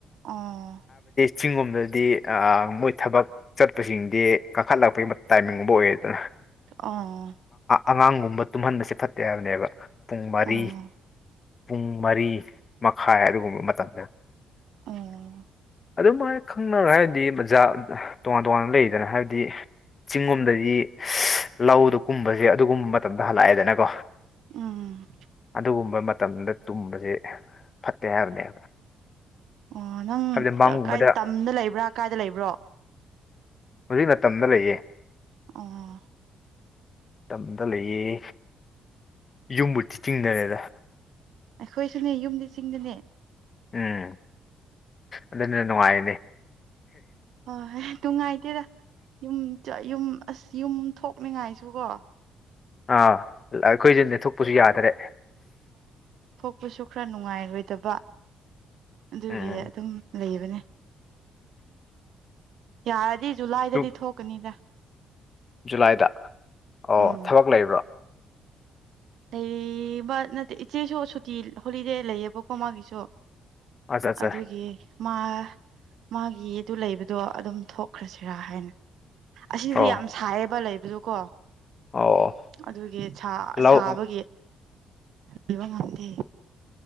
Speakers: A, on the right (about 75°); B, on the left (about 40°).
A: ꯑꯣ
B: ꯆꯤꯡꯒꯣꯝꯗꯗꯤ ꯃꯣꯏ ꯊꯕꯛ ꯆꯠꯄꯁꯤꯡꯗꯤ ꯀꯥꯈꯠꯂꯛꯄꯒꯤ ꯇꯥꯏꯃꯤꯡꯒꯨꯝꯕ ꯑꯣꯏꯌꯦ ꯑꯗꯨꯅ
A: ꯑꯣ
B: ꯑꯉꯥꯡꯒꯨꯝꯕ ꯇꯨꯝꯍꯟꯕꯁꯦ ꯐꯠꯇꯦ ꯍꯥꯏꯕꯅꯦꯕ ꯄꯨꯡ ꯃꯔꯤ
A: ꯑꯣ
B: ꯄꯨꯡ ꯃꯔꯤ ꯃꯈꯥꯏ ꯑꯗꯨꯒꯨꯝꯕ ꯃꯇꯝꯗ
A: ꯑꯣ
B: ꯑꯗꯨꯝꯥꯏꯅ ꯈꯪꯅꯔ ꯍꯥꯏꯔꯗꯤ ꯃꯖꯥ ꯇꯣꯉꯥꯟ ꯇꯣꯉꯥꯟꯅ ꯂꯩꯗꯅ ꯍꯥꯏꯕꯗꯤ ꯆꯤꯡꯒꯣꯝꯗꯗꯤ ꯂꯧꯗ ꯀꯨꯝꯕꯁꯦ ꯑꯗꯨꯒꯨꯝꯕ ꯃꯇꯝꯗ ꯍꯜꯂꯛꯑꯦꯗꯅꯀꯣ
A: ꯎꯝ
B: ꯑꯗꯨꯒꯨꯝꯕ ꯃꯇꯝꯗ ꯇꯨꯝꯕꯁꯦ ꯐꯠꯇꯦ ꯍꯥꯏꯕꯅꯦꯕ
A: ꯑꯣ ꯅꯪ
B: ꯍꯥꯏꯕꯗꯤ ꯃꯪꯒꯨꯝꯕꯗ
A: ꯀꯥꯏꯗ ꯇꯝꯗ ꯂꯩꯕ꯭ꯔꯥ ꯀꯥꯏꯗ ꯂꯩꯕ꯭ꯔꯣ
B: ꯍꯧꯖꯤꯛꯅ ꯇꯝꯗ ꯂꯩꯌꯦ
A: ꯑꯣ
B: ꯇꯝꯗ ꯂꯩꯌꯦ ꯌꯨꯝꯕꯨꯗꯤ ꯆꯤꯡꯗ ꯂꯩꯌꯦꯗ
A: ꯑꯈꯣꯏꯁꯨꯅꯦ ꯌꯨꯝꯗꯤ ꯆꯤꯡꯗꯅꯦ
B: ꯑꯥ ꯑꯗꯨꯅ ꯅꯨꯡꯉꯥꯏꯕꯅꯤ
A: ꯍꯣꯏ ꯅꯨꯡ ꯉꯥꯏꯇꯦꯗ ꯌꯨꯝ ꯌ ꯑꯁ ꯌꯨꯝ ꯊꯣꯛꯅꯤꯡꯉꯥꯏꯁꯨꯀꯣ
B: ꯑꯥ ꯑꯈꯣꯏꯁꯨꯅꯦ ꯊꯣꯛꯄꯁꯨ ꯌꯥꯗ꯭ꯔꯦ
A: ꯆꯠꯄꯁꯨ ꯈꯔ ꯅꯨꯡꯉꯥꯏꯔꯣꯏꯗꯕ ꯑꯗꯨꯒꯤ
B: ꯎꯝ
A: ꯑꯗꯨꯝ ꯂꯩꯕꯅꯦ ꯌꯥꯔꯗꯤ ꯖꯨꯂꯥꯏꯗꯗꯤ
B: ꯖꯨ-
A: ꯊꯣꯛꯀꯅꯤꯗ
B: ꯖꯨꯂꯥꯏꯗ ꯑꯣ
A: ꯎꯝ
B: ꯊꯕꯛ ꯂꯩꯕ꯭ꯔꯣ
A: ꯂꯩꯕ ꯅꯠꯇꯦ ꯏꯆꯦꯁꯨ ꯁꯨꯇꯤ ꯍꯣꯂꯤꯗꯦ ꯂꯩꯌꯦꯕꯀꯣ ꯃꯥꯒꯤꯁꯨ
B: ꯑꯠꯆꯥ ꯑꯠꯆꯥ
A: ꯑꯗꯨꯒꯤ ꯃꯥ ꯃꯥꯒꯤꯗꯨ ꯂꯩꯕꯗꯣ ꯑꯗꯨꯝ ꯊꯣꯛꯈ꯭ꯔꯁꯤꯔꯥ ꯍꯥꯏꯅ ꯑꯁꯤꯗꯤ
B: ꯑꯣ
A: ꯌꯥꯝ ꯁꯥꯏꯌꯦꯕ ꯂꯩꯕꯗꯣꯀꯣ
B: ꯑꯣ
A: ꯑꯗꯨꯒꯤ ꯁꯥ
B: ꯂꯧ
A: ꯁꯥꯕꯒꯤ ꯂꯩꯕ ꯉꯝꯗꯦ